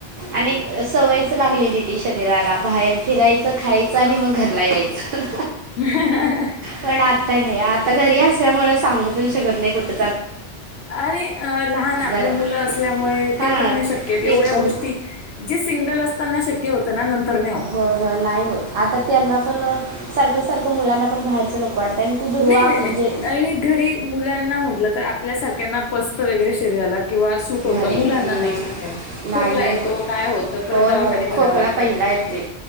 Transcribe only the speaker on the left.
ह
अरे अ लहान आपले
मुलं असल्यामुळे
ते पण नाही शक्यत
एवढ्या
गोष्टी जे सिंगल असताना शक्य होतं ना नंतर होत
नाही नाही नाही
घरी मुलांना म्हटलं तर आपल्या सारख्यांना पस्त वगरे शरीला किंवा होत
मुलांना
नाही शक्य
खोकला
येतो काय होत परत
दवाखाने
भराव
लागतात